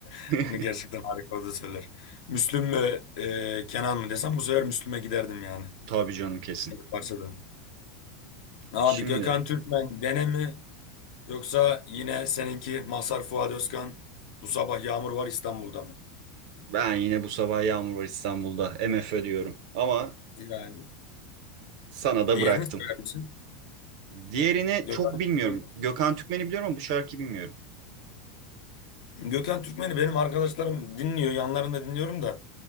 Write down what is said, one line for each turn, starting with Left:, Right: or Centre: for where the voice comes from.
Left: <laughs>
Right: <laughs>
Left: Onu gerçekten harika o da söyler. Müslüm mü e, Kenan mı desem bu sefer Müslüm'e giderdim yani.
Right: Tabii canım kesin.
Left: Benim parçada. Abi
Right: Şimdi
Left: Gökhan Türkmen Dene mi? Yoksa yine seninki Mazhar Fuat Özkan bu sabah yağmur var İstanbul'da mı?
Right: ben yine bu sabah Yağmur Var İstanbul'da M F Ö diyorum ama
Left: Yani
Right: sana da
Left: diğerini
Right: bıraktım.
Left: söyler misin?
Right: Diğerini
Left: Gökhan
Right: çok bilmiyorum.
Left: Türkmen.
Right: Gökhan Türkmen'i biliyorum ama bu şarkıyı bilmiyorum.
Left: Gökhan Türkmen'i benim arkadaşlarım dinliyor. Yanlarında dinliyorum da